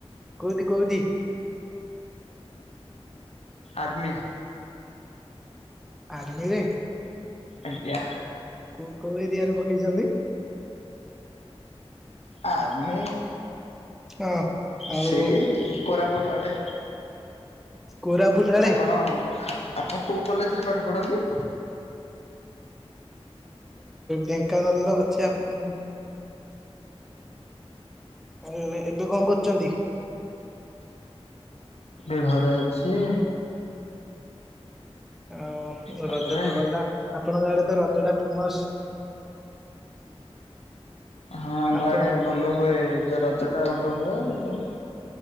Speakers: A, in the centre; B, on the left.
A: କୋଉଦି କୋଉଦି?
B: ଆର୍ମି।
A: ଆଦମିରେ?
B: ଆଜ୍ଞା।
A: କୋଉ କୋଉ ଏରିଆରେ ପକେଇଛନ୍ତି?
B: ଆମି
A: ହଁ ଆଉ
B: ସେଇ କୋରପୁ ପୁଟ୍ ଆଡେ।
A: କୋରାପୁଟ ଆଡେ।
B: ଆପଣ ଆପଣ କୋଉ କଲେଜରେ ପାଠ ପଢନ୍ତି?
A: ଢେଙ୍କାନାଳ ଅଛି ଆପଣ ଆଉ ଏବେ କଣ କରୁଛନ୍ତି?
B: ଏ ଘରେ ଅଛି।
A: ଆଉ
B: ତାପରେ
A: ରଜ ତ ଗଲା ଆପଣଙ୍କ ଆଡେ ତ ରଜ ଟା ଫେମସ।
B: ହଁ ଆମ
A: ଆପଣ
B: ଆଡେ ଭଲ ହୁଏ ଯଉ ରଜ ଟା ଭଲ ହୁଏ ଆଉ ଯୋ